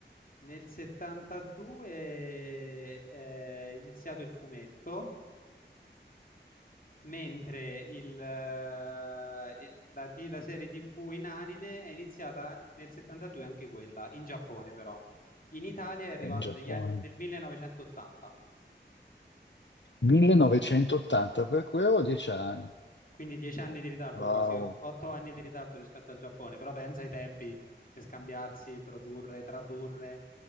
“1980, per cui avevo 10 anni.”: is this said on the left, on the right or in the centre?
Left